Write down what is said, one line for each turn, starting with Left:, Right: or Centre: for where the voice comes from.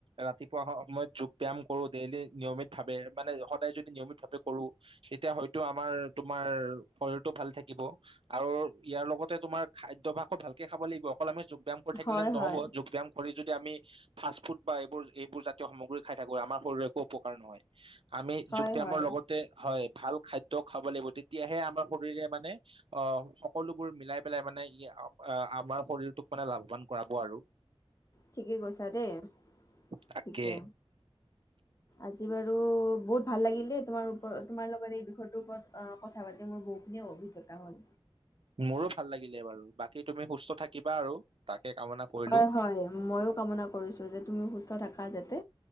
Right: ৰাতিপুৱা সময়ত যোগ ব্যায়াম কৰো ডেইলি নিয়মিত ভাৱে, মানে সদায় যদি নিয়মিত ভাৱে কৰো তেতিয়া হয়তো আমাৰ, তোমাৰ শৰীৰটো ভাল থাকিব। আৰু ইয়াৰ লগতে তোমাৰ খাদ্যভাসো ভালকে খাব লাগিব, অকল আমি যোগব ব্যাম থাকিলে
Left: হয়,
Right: নহ'ব,
Left: হয়,
Right: যোগ ব্যাম শৰীৰ যদি আমি ফাষ্ট ফুড বা এইবোৰ, এইবোৰ জাতীয় সামগ্ৰী খাই থাকো আমাৰ শৰীৰ একো উপকাৰ নহয়। আমি
Left: হয়,
Right: যোগ ব্যায়ামৰ
Left: হয়।
Right: লগতে হয় ভাল খাদ্য খাব লাগিব তেতিয়াহে আমাৰ শৰীৰে মানে অ', সকলোবোৰ মিলাই পেলাই মানে ই আমাৰ শৰীৰটোক মানে লাভৱান কৰাব আৰু।
Left: ঠিকে কৈছা দেই,
Right: তাকে
Left: ঠিকে। আজি বাৰু বহুত ভাল লাগিল দেই তোমাৰ ওপৰত, তোমাৰ লগত এই বিষয়টোৰ ওপৰত কথা পাতি মোৰ বহুখিনিয়ে অভিজ্ঞতা হ'ল।
Right: মোৰো ভাল লাগিলে বাৰু, বাকী তুমি সুস্থ থাকিবা আৰু। তাকে কামনা কৰিলো
Left: হয় হয়, ময়ো কামনা কৰিছো যে তুমি সুস্থ থাকা যাতে।